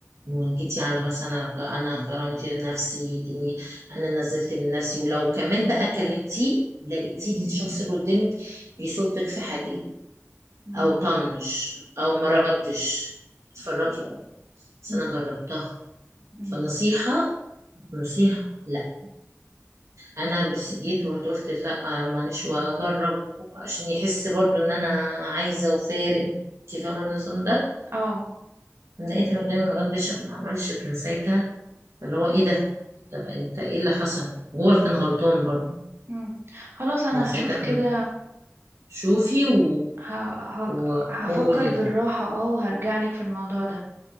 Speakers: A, on the right; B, on the right.
A: وجيتي على مثلا انا كرمت نفسي دي انا نزلت من نفسي ولو كمان بقى كلمتيه لقيتيه الشخص اللي قدامك بيصدك في حاجه
B: مم.
A: او طنش او مردش اتفرجي بقى بس انا جربتها
B: مم.
A: فالنصيحة نصيحة لا انا بس جيت ورحت قلت لا معلش واجرب عشان يحس برضو ان انا عايزة وفارق انت فاهمة النظام ده
B: اه
A: لقيت ان قدامي ما ردش او ما عملش كان ساعتها اللي هو ايه ده طب انت ايه اللي حصل وهو اللي كان غلطان برضو
B: مم. خلاص انا
A: يعني ساعتها
B: هشوف
A: كان
B: كده
A: شوفي و...
B: ه... ه...
A: و...
B: هفكر
A: وقولي
B: بالراحة
A: لي
B: اه وهرجع لك في الموضوع ده